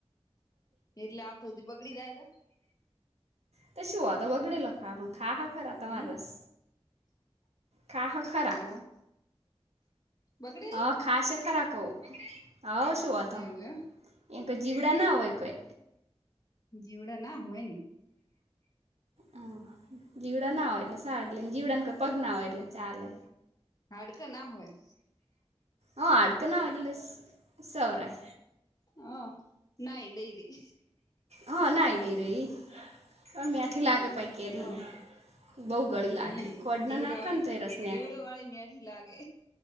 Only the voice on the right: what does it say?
ત શ હો આ વગડેલો ખા પણ, ખા હા ખરા આ
મા રસ ખા હ ખરા
હ, ખાશે ખરા કો. હ, શુંતો એયા
કોઈ જીવડા ના હોય કઈ
હ જીવડા ના હોય, એટલે સારા લને જીવડાને કોઈ, પગ ના હોય એટલે ચાલે
હ અડકનાવાલ સૌરા
હા, નાઈ ડઈ રહી પણ મેથી લાગે પ કેરી
બઉ ગળી લાગી,
ખોડના
નાખ
ને તો રસને